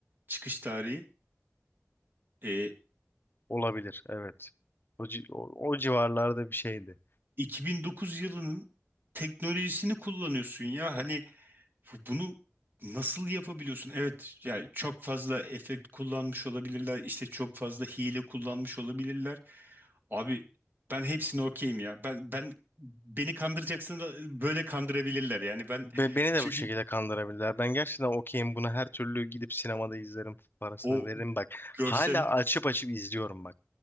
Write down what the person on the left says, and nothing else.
Olabilir evet. O, ci- o, o civarlarda bir şeydi.
Be- beni
de bu şekilde kandırabilirler. Ben gerçekten okeyim buna her türlü gidip sinemada izlerim parasını
veririm bak.
Hala açıp açıp izliyorum bak.